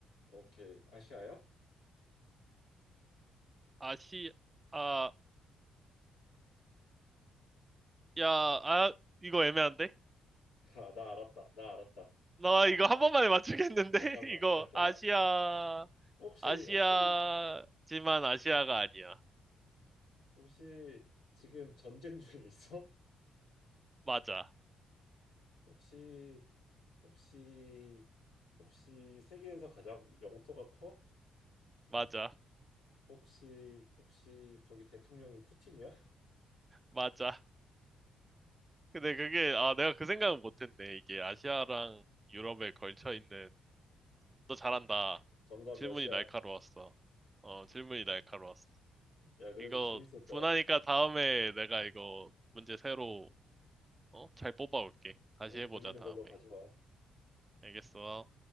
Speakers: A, on the left (about 85°); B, on the right (about 20°).
A: 오케이. 아시아야?
B: 아시, 아, 야, 아, 이거 애매한데?
A: 아, 나 알았다. 나 알았다. 나
B: 나 이거
A: 알았다.
B: 한 번만에 맞추겠는데?
A: 잠깐만,
B: <laughs> 이거
A: 잠깐만.
B: 아시아,
A: 혹시,
B: 아시아지만
A: 혹시,
B: 아시아가 아니야.
A: 혹시 지금 전쟁 중에 있어?
B: 맞아,
A: 혹시 혹시 혹시 세계에서 가장 영토가 커?
B: 맞아,
A: 혹시 혹시 거기 대통령이 푸틴이야?
B: 맞아. 근데 그게, 아, 내가 그 생각은 못했네. 이게 아시아랑 유럽에 걸쳐
A: <laughs>
B: 있는, 너 잘한다.
A: 정답
B: 질문이
A: 러시아.
B: 날카로웠어. 어, 질문이 날카로웠어.
A: 야, 그래도
B: 이거
A: 재밌었다.
B: 분하니까 다음에 내가 이거 문제 새로 어? 잘 뽑아올게. 다시
A: 어, 재밌는
B: 해보자, 다음에.
A: 걸로 가져와.
B: 알겠어.